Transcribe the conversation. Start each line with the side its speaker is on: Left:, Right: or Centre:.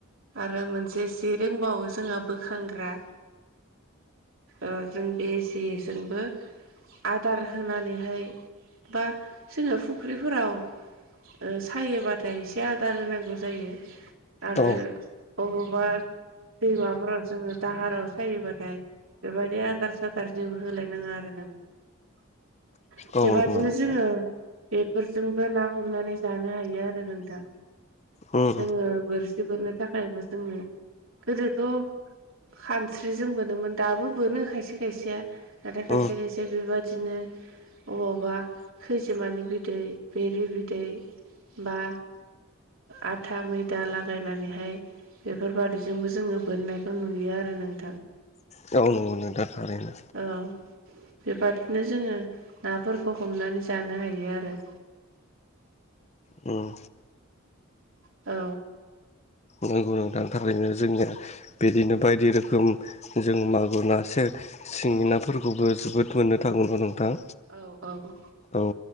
Right: आरो मोनसे जि रोंबावो जोंहा बोखांग्रा ओ जों बे जे जोंबो आदार होनानैहाय बा जोङो फुख्रिफोराव सायोबाथाय एसे आदार होनांगौ जायो आरो
Left: औ
Right: अबावबा दैमाफोराव जोङो दाहाराव सायोबाथाय बेबायदि आदार सादार जे होलायनाङा आरो नोंथ
Left: औ
Right: बेबादिनो
Left: नंगौ नोंथां
Right: जोङो बेफोरजोंबो ना हमनानै जानो हायो आरो नोंथां
Left: उम
Right: जोङो बोरसि बोरनो थाखायबो जोंनो गोदोथ' खानस्रिजों बोनोमोन दाबो बोनो खायसे खायसेया नाथाय खायसे
Left: उम
Right: खायसे बेबादिनो अबावबा खैजिमानि बिदै बेरि बिदै बा आथा मैदा लागायनानैहाय बेफोरबादिजोंबो जोङो बोननायखौ नुयो आरो नोंथां
Left: गावनो मोनो दा थारैनो
Right: औ बेबादिनो जोङो नाफोरखौ हमनानै जानो हायो आरो।
Left: उम।
Right: औ।
Left: नांगौ नोंथांनि थारैनो जोंनिया बिदिनो बायदि रोखोम जों मागुर नासें सिंगि नाफोरखौबो जोबोद मोननो थागौमोन नोंथां।
Right: औ औ।
Left: औ